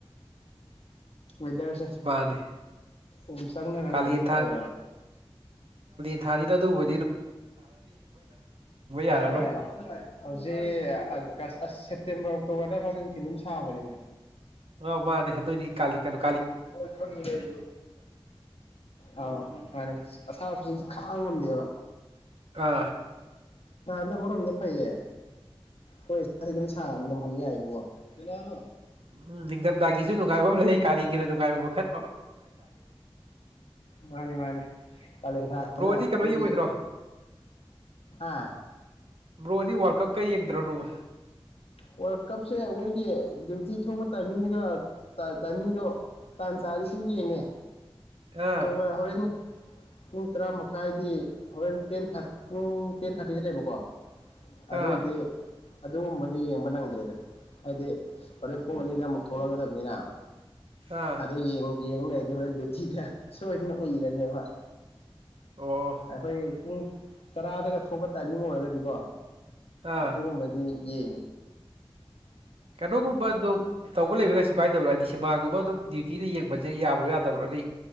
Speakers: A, on the left (about 80°); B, on the right (about 70°).
A: ꯃꯗꯔꯁꯦ
B: ꯃꯥꯅꯦ
A: ꯎ ꯆꯪꯅꯔꯒ
B: ꯀꯥꯂꯦꯟ
A: ꯀꯩꯅꯣꯝ ꯇꯑꯣ
B: ꯊꯥꯔꯤ ꯂ ꯑꯗꯨꯕꯨꯕ ꯌꯥꯔꯔꯣꯏ
A: ꯍ ꯍꯧꯖꯤꯒꯁ ꯁꯦꯞꯇꯦꯝꯕꯔ ꯑꯣꯛꯇꯣꯕꯔꯗ ꯐꯥꯎꯗꯤ ꯅꯨꯡꯊꯤ ꯑꯗꯨꯝ ꯁꯥꯕꯅꯤꯅꯦ
B: ꯑꯣ ꯃꯥꯅꯦ ꯍꯥꯏ ꯑꯗꯨꯣꯏꯗꯤ ꯀꯥ ꯀꯥꯅ
A: ꯊ ꯂꯩ ꯑ ꯃꯥꯅꯦ ꯑꯁꯥꯁꯤꯡꯁꯨ ꯈꯥꯡꯉꯝꯗꯦꯕ
B: ꯀ
A: ꯅ ꯑꯃꯔꯣꯝꯅ ꯐꯩꯌꯦ ꯍꯣꯏ ꯏꯁꯥꯁ ꯑꯗꯨꯝ ꯁꯥ ꯂꯝꯍꯟ ꯌꯥꯏꯑꯕꯀꯣ ꯀꯅꯒꯂꯣ
B: ꯎꯝꯝ ꯗꯒꯤꯁꯨ ꯅꯨ ꯀꯥꯏꯔꯕꯝ ꯂꯩ ꯀꯥ ꯒꯤꯔ ꯑꯗꯨꯗꯨꯒꯥꯏꯕ ꯃꯈꯠ
A: ꯃꯥꯅꯤ ꯃꯥꯅꯤ ꯀꯥꯂꯦꯟ ꯊꯥꯗꯅ
B: ꯕ꯭ꯔꯣꯗꯤ
A: ꯑꯩꯈꯣꯏꯒꯤ
B: ꯀꯩꯅꯣ ꯌꯦꯡꯉꯣꯏꯗ꯭ꯔꯣ
A: ꯑ
B: ꯭ꯔꯣꯗꯤ ꯋꯥꯔꯜ ꯀꯞꯀ ꯌꯦꯡꯗ꯭ꯔꯅꯨꯕ
A: ꯋꯥꯔꯜ ꯀꯞꯁꯦ ꯑꯩꯈꯣꯏꯒꯤ ꯗ꯭ꯌꯨꯇꯤ ꯊꯣꯛꯄ ꯇꯥꯏꯃꯤꯡꯗꯨꯒ ꯇꯥꯏꯃꯤꯡꯗꯣ ꯇꯥꯡ ꯆꯥꯗꯤ ꯑꯗꯨꯝ ꯌꯦꯡꯉꯦ
B: ꯑꯥ
A: ꯇꯣ ꯍꯔꯅ ꯄꯨꯡ ꯇꯔꯥ ꯃꯈꯥꯏꯗꯤ ꯍꯣꯔꯦꯟ ꯇꯦꯟ ꯄꯨꯡ ꯇꯦꯟ ꯊꯥꯔꯇꯤꯗ ꯂꯩꯕꯀꯣ ꯑꯗ
B: ꯑꯥ
A: ꯏꯗꯤ ꯑꯗꯨꯨꯝꯕ ꯌꯦꯡꯕ ꯅꯪꯗ꯭ꯔꯦꯗ ꯍꯥꯏꯗꯤ ꯍꯣꯔꯦꯟ ꯄꯨꯡ ꯑꯅꯤꯗ ꯑꯃꯨꯛ ꯊꯣꯛꯂꯛꯒꯗꯕꯅꯤꯅ
B: ꯑꯥ
A: ꯑꯗꯨ ꯌꯦꯡ ꯌꯦꯡꯉ ꯑꯩꯗꯤ ꯍꯣꯔꯦꯟ ꯇꯤꯗ ꯁꯣꯏꯗꯅ ꯎꯏꯔꯅꯦꯕ
B: ꯑꯣ
A: ꯑꯩꯈꯣꯏ ꯄꯨꯡ ꯇꯔꯥꯗꯒ ꯊꯣꯛꯄ ꯇꯥꯏꯃꯤꯡ ꯑꯣꯏꯔꯒꯗꯤꯀꯣ
B: ꯑꯥ
A: ꯑꯗꯨꯨꯝꯕꯗꯤ ꯌꯦ
B: ꯀꯩꯅꯣꯒꯨꯝꯕ ꯑꯗꯨꯝ ꯇꯧꯕ ꯂꯩꯕꯒꯩꯁꯨ ꯀꯥꯏꯗꯕ꯭ꯔꯥ ꯍꯥꯏꯗꯤ ꯁꯤꯃꯥꯒꯨꯝꯕ ꯑꯗꯨꯝ ꯗ꯭ꯌꯨꯇꯤꯗ ꯌꯦꯡꯕ ꯃꯣꯏꯁꯦ ꯌꯥꯕ꯭ꯔꯣ ꯌꯥꯗꯕ꯭ꯔꯣ ꯑꯗꯨ